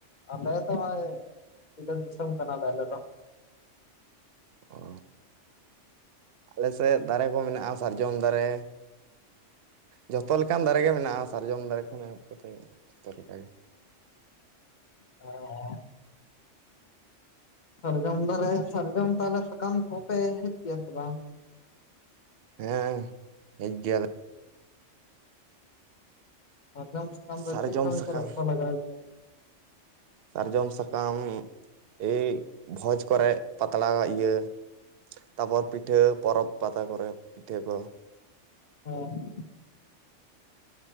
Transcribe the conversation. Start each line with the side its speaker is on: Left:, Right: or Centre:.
Left: ᱟᱞᱮ ᱫᱚ ᱦᱚᱸᱜᱼᱚᱭ ᱵᱤᱞᱟᱹᱫ ᱫᱤᱥᱚᱢ ᱠᱟᱱᱟᱞᱮ ᱟᱞᱮ ᱫᱚ᱾
Right: ᱚ ᱟᱞᱮ ᱥᱮᱜ ᱫᱟᱨᱮ ᱠᱚ ᱢᱮᱱᱟᱜᱼᱟ ᱥᱟᱨᱡᱚᱢ ᱫᱟᱨᱮ᱾ ᱡᱷᱚᱛᱚ ᱞᱮᱠᱟᱱ ᱫᱟᱨᱮ ᱜᱮ ᱢᱮᱱᱟᱜᱼᱟ ᱥᱟᱨᱡᱚᱢ ᱫᱟᱨᱮ ᱠᱷᱚᱱ ᱮᱦᱚᱵ ᱠᱟᱛᱮᱜ ᱡᱚᱛᱚ ᱞᱮᱠᱟᱜᱮ᱾
Left: <inaudible> ᱥᱟᱨᱡᱚᱢ ᱫᱟᱨᱮ ᱥᱟᱨᱡᱚᱢ ᱛᱟᱦᱞᱮ ᱥᱟᱠᱟᱢ ᱠᱚᱯᱮ ᱦᱮᱡ ᱜᱮᱭᱟ ᱥᱮ ᱵᱟᱝ?
Right: ᱦᱮᱸ ᱦᱮᱡ ᱜᱮᱭᱟᱞᱮ᱾
Left: ᱥᱟᱨᱡᱚᱢ ᱥᱟᱠᱟᱢ ᱫᱚ
Right: ᱥᱟᱨᱡᱚᱢ
Left: ᱪᱮᱜ ᱠᱟᱢᱤ
Right: ᱥᱟᱠᱟᱢ
Left: ᱠᱚᱨᱮᱜ ᱠᱚ ᱞᱟᱜᱟᱣ ᱜᱮᱭᱟ?
Right: ᱥᱟᱨᱡᱚᱢ ᱥᱟᱠᱟᱢ ᱮᱭ ᱵᱷᱚᱡᱽ ᱠᱚᱨᱮᱜ ᱯᱟᱛᱲᱟ ᱤᱭᱟᱹ ᱛᱟᱯᱚᱨ ᱯᱤᱴᱷᱟᱹ ᱯᱚᱨᱚᱵᱽ ᱯᱟᱛᱟ ᱠᱚᱨᱮ ᱯᱤᱴᱷᱟᱹ ᱠᱚ᱾
Left: ᱦᱚᱸ